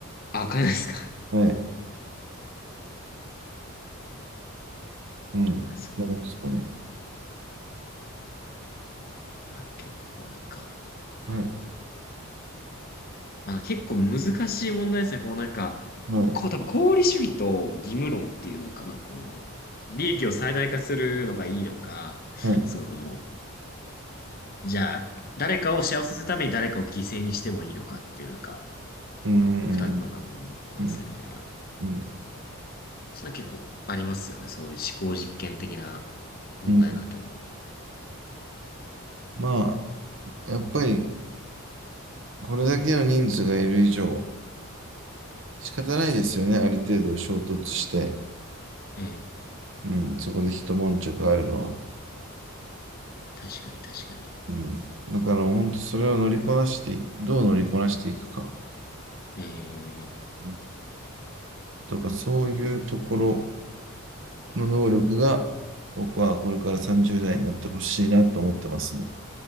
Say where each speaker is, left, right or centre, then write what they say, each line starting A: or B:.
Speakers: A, on the left (about 40°); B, on the right (about 55°).
A: あ、変えないですか
B: ね。<laughs> はい。うん。
A: あ、そう。
B: 変えないですかね。
A: あ、結構なんか。
B: はい。
A: まあ結構難しい問題ですね。こうなんか、
B: はい。
A: こう多分功利主義と義務論っていうのかな。この、利益を最大化するのがいいのか、
B: はい。
A: その、じゃあ、誰かを幸せにするために誰かを犠牲にしてもいいのかっていうなんか、
B: うん。
A: 二つの考えに反するみたいな。
B: うん。うん。
A: そんな結構ありますよね。そういう思考実験的な問題だと。
B: うん。まあ、やっぱり、これだけの人数がいる以上、仕方ないですよね。ある程度衝突して。
A: ええ、
B: うん、そこで一悶着あるのは。
A: 確かに確かに。
B: うん。だから本当それを乗りこなしてい、どう乗りこなしていくか。
A: ええ、
B: うんとか、そういうところの能力が、僕はこれから30代になってほしいなと思ってますね。